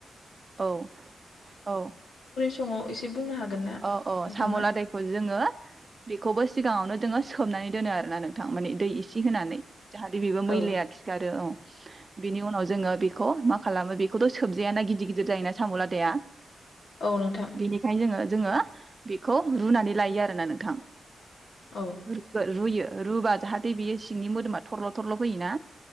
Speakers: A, on the right; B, on the left.
A: औ औ
B: संङो एसे बुंनो हागोन ना?
A: अ अ
B: नोंथाङा
A: साम' लादायखौ जोङो बेखौबो सिगाङावनो जोंङो सोमनानै दोनो आरो ना नोंथां मानि दै इसे होनानै जाहाथे बेबो मैलाया
B: औ
A: खिगारो औ बिनि उनाव जोङो बे खौ मा खालामो बेखौथ' सोबजायाना गि दिर गिदिर जायोना साम'लादाया
B: औ नोंथां
A: बेनिखायनो जोङो जोङो बेखौ रुनानै लायो आरोना नोंथां।
B: औ
A: रु-रुयो रुबा जाहाथे बेयो सिंनि मोदोमा थरल' थरल' फैयोना